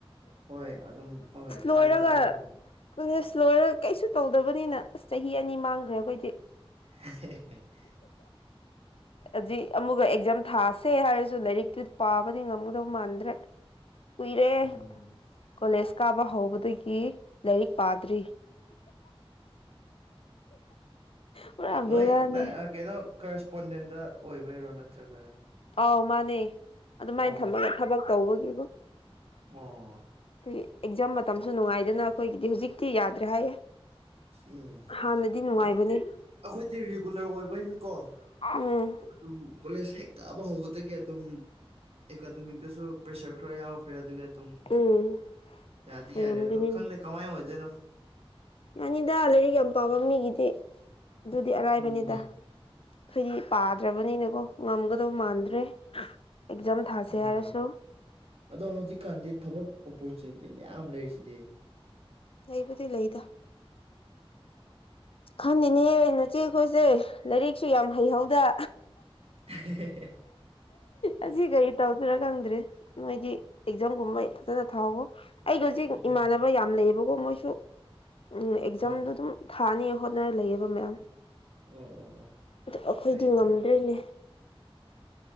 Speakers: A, on the right; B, on the left.
A: ꯍꯣꯏ ꯑꯗꯨꯝ ꯍ ꯍꯣꯏ ꯇ꯭ꯔꯥꯏ
B: ꯂꯣꯏꯔꯒ
A: ꯇꯧꯋꯦ ꯇꯧꯋꯦ
B: ꯀꯣꯂꯦꯖ ꯂꯣꯏꯔꯒ ꯀꯩꯁꯨ ꯇꯧꯗꯕꯅꯤꯅ ꯑꯁ ꯆꯍꯤ ꯑꯅꯤ ꯃꯥꯡꯈ꯭ꯔꯦ ꯑꯩꯈꯣꯏꯗꯤ
A: <unintelligible>
B: ꯍꯧꯖꯤ ꯑꯃꯨꯛꯀ ꯑꯦꯛꯖꯥꯝ ꯊꯥꯥꯁꯦ ꯍꯥꯏꯔꯁꯨ ꯂꯥꯏꯔꯤꯛꯇꯨ ꯄꯥꯕꯗꯤ ꯉꯝꯒꯗꯧ ꯃꯥꯟꯗ꯭ꯔꯦ ꯀꯨꯏꯔꯦ
A: ꯎꯝ
B: ꯀꯣꯂꯦꯖ ꯀꯥꯕ ꯍꯧꯕꯗꯒꯤ ꯂꯥꯏꯔꯤꯛ ꯄꯥꯗ꯭ꯔꯤ ꯄꯨꯔꯥ
A: ꯅꯣꯏ
B: ꯕꯦꯔꯥꯅꯦ
A: ꯅꯪ ꯀꯩꯅꯣ ꯀꯔꯦꯁꯄꯣꯟꯗꯦꯟꯗ ꯑꯣꯏꯕꯩꯔꯣ ꯅꯠꯇ꯭ꯔꯒ
B: ꯑꯥꯎ ꯃꯥꯅꯦ ꯑꯗꯨꯃꯥꯏꯅ
A: ꯑꯣ
B: ꯊꯝꯃꯒꯦ
A: ꯑꯣ
B: ꯊꯕꯛ ꯇꯧꯕꯒꯤꯕꯨꯣ
A: ꯑꯣ
B: ꯑ ꯑꯦꯛꯖꯥꯝ ꯃꯇꯝꯁꯨ ꯅꯨꯡꯉꯥꯏꯗꯅ ꯑꯩꯈꯣꯏꯒꯤꯗꯤ ꯍꯧꯖꯤꯛꯇꯤ ꯌꯥꯗ꯭ꯔꯦ ꯍꯥꯏꯌꯦ
A: ꯎꯝ
B: ꯍꯥꯟꯅꯗꯤ ꯅꯨꯡꯉꯥꯏꯕꯅꯦ
A: ꯑꯩꯈꯣꯏꯗꯤ ꯑꯩꯈꯣꯏꯗꯤ ꯔꯤꯒꯨꯂꯔ ꯑꯣꯏꯕꯅꯀꯣ
B: ꯎꯝ
A: ꯑꯗꯨꯝ ꯀꯣꯂꯦꯖ ꯍꯦꯛ ꯀꯥꯕ ꯍꯧꯕꯗꯒꯤ ꯑꯗꯨꯝ ꯑꯦꯀꯥꯗꯃꯤꯛꯇꯁꯨ ꯄ꯭ꯔꯦꯁꯔ ꯈꯔ ꯌꯥꯎꯈ꯭ꯔꯦ ꯑꯗꯨꯒ ꯑꯗꯨꯝ
B: ꯎꯝ
A: ꯌꯥꯗꯤ
B: ꯑꯣꯏꯔꯝꯒꯅꯤꯅꯦ
A: ꯌꯥꯔꯦ ꯑꯗꯣ ꯈꯪꯗꯦ ꯀꯃꯥꯏ ꯑꯣꯏꯗꯣꯏꯅꯣ
B: ꯌꯥꯅꯤꯗ ꯂꯥꯏꯔꯤꯛ ꯌꯥꯝ ꯄꯥꯝꯕ ꯃꯤꯒꯤꯗꯤ ꯑꯗꯨꯗꯤ ꯑꯔꯥꯏꯕꯅꯤꯗ
A: ꯎꯝ
B: ꯑꯩꯈꯣꯏꯗꯤ ꯄꯥꯗ꯭ꯔꯕꯅꯤꯅꯀꯣ ꯉꯝꯒꯗꯧ ꯃꯥꯟꯗ꯭ꯔꯦ ꯑꯦꯛꯖꯥꯝ ꯊꯥꯥꯁꯦ
A: ꯑꯥ
B: ꯍꯥꯏꯔꯁꯨ
A: ꯑꯗꯣ ꯍꯧꯖꯤꯛꯀꯥꯟꯗꯤ ꯊꯕꯛ ꯑꯣꯄꯣꯔꯆꯨꯅꯤꯇꯤ ꯃꯌꯥꯝ ꯂꯩꯔꯤꯁꯤꯗꯤ
B: ꯂꯩꯕꯨꯗꯤ ꯂꯩꯗ ꯈꯪꯅꯤꯦꯅꯦꯍꯦ ꯅꯆꯦ ꯑꯩꯈꯣꯏꯁꯦ ꯂꯥꯏꯔꯤꯛꯁꯨ ꯌꯥꯝ ꯍꯩꯍꯧꯗ
A: <unintelligible>
B: ꯑꯁꯤ ꯀꯔꯤ ꯇꯧꯗꯣꯏꯔꯥ ꯈꯪꯗ꯭ꯔꯔꯤ ꯅꯣꯏꯗꯤ ꯑꯦꯛꯖꯥꯝꯒꯨꯝꯕ ꯐ ꯐꯖꯅ ꯊꯥꯎꯕ ꯑꯩꯒ ꯍꯧꯖꯤꯛ
A: ꯎꯝ
B: ꯏꯃꯥꯟꯅꯕ ꯌꯥꯝ ꯂꯩꯌꯦꯕꯀꯣ ꯃꯣꯏꯁꯨ ꯎꯝ ꯑꯦꯛꯖꯥꯝꯗꯣ
A: ꯑꯣ
B: ꯑꯗꯨꯝ ꯊꯥꯅꯤꯌꯦ ꯍꯣꯠꯅꯔ ꯂꯩꯌꯦꯕ ꯃꯦꯝ
A: ꯑꯣ ꯑꯣ ꯑꯣ
B: ꯑꯗꯨ ꯑꯩꯈꯣꯏꯗꯤ
A: ꯐꯩꯌꯦ
B: ꯉꯝꯗ꯭ꯔꯦꯅꯦ
A: ꯐꯩ